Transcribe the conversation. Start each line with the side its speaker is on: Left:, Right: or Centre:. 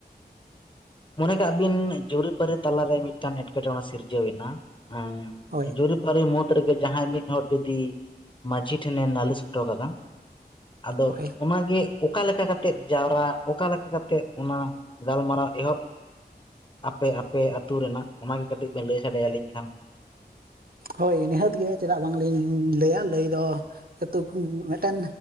Left: ᱢᱚᱱᱮ ᱠᱟᱜ ᱵᱤᱱ ᱡᱩᱨᱤᱯᱟᱨᱤ ᱛᱟᱞᱟᱨᱮ ᱢᱤᱜᱴᱟᱱ ᱮᱸᱴᱠᱮᱴᱚᱸᱬᱮ ᱥᱤᱨᱡᱟᱹᱣ ᱮᱱᱟ ᱮᱸ
Right: ᱦᱳᱭ
Left: ᱡᱩᱨᱤ᱾ ᱯᱟᱨᱤ ᱢᱩᱫᱽ ᱨᱮᱜᱮ ᱡᱟᱦᱟᱸᱭ ᱢᱤᱫ ᱦᱚᱲ ᱡᱩᱫᱤ ᱢᱟᱡᱷᱤ ᱴᱷᱮᱱᱮ ᱱᱟᱞᱤᱥ ᱦᱚᱴᱚ ᱠᱟᱫᱟ᱾ ᱟᱫᱚ
Right: ᱦᱳᱭ
Left: ᱚᱱᱟᱜᱮ ᱚᱠᱟ ᱞᱮᱠᱟ ᱠᱟᱛᱮᱫ ᱡᱟᱣᱨᱟ ᱚᱠᱟ ᱞᱮᱠᱟ ᱠᱟᱛᱮᱜ ᱚᱱᱟ᱾ ᱜᱟᱞᱢᱟᱨᱟᱣ ᱮᱦᱚᱵ ᱟᱯᱮ ᱟᱯᱮ ᱟᱹᱛᱩ ᱨᱮᱱᱟᱜ ᱚᱱᱟᱜᱮ ᱠᱟᱹᱴᱤᱡ ᱵᱮᱱ ᱞᱟᱹᱭ ᱥᱟᱰᱮ ᱟᱹᱞᱤᱧ ᱠᱷᱟᱱ᱾
Right: ᱦᱳᱭ ᱱᱤᱦᱟᱹᱛ ᱜᱮ ᱪᱮᱫᱟᱜ ᱵᱟᱝᱞᱤᱧ ᱞᱟᱹᱭᱟ ᱞᱟᱹᱭ ᱫᱚ ᱟᱛᱩᱠ ᱢᱤᱫᱴᱮᱱ